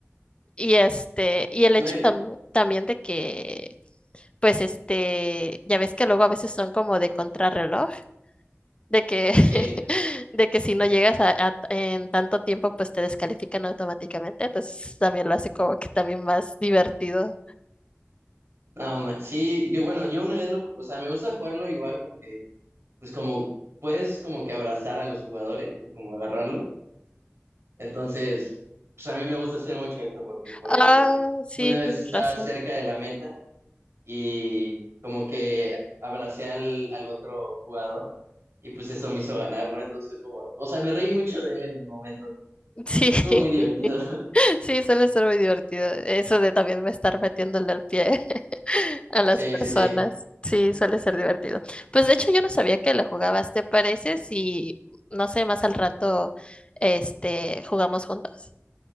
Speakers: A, on the left; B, on the right.
A: Y este, y el hecho
B: No, y-
A: tam- también de que, pues este, ya ves que luego a veces son como de contrarreloj, de que, <laughs>
B: sí.
A: de que si no llegas a, a- en tanto tiempo, pues te descalifican automáticamente. Entonces también lo hace como que también más divertido.
B: No, ma- sí, yo bueno, yo una vez lo, ju- o sea, me gusta jugarlo igual porque pues como puedes como que abrazar a los jugadores o como agarrarlo. Entonces, pues a mí me gusta hacer mucho esto porque, por
A: Ah,
B: ejemplo,
A: sí,
B: una
A: tienes
B: vez estaba
A: razón.
B: cerca de la meta y como que abracé al, al otro jugador y pues eso me hizo ganar, ¿no? Entonces como, o sea, me reí mucho de él en el momento.
A: Sí,
B: Estuvo muy divertido.
A: <laughs>
B: <laughs>
A: sí, suele ser muy divertido. Eso de también me estar metiéndole al pie. a las
B: Sí,
A: personas.
B: sí, sí.
A: Sí, suele ser divertido. Pues de hecho yo no sabía que lo jugabas. ¿Te parece si, no sé, más al rato, este, jugamos juntos?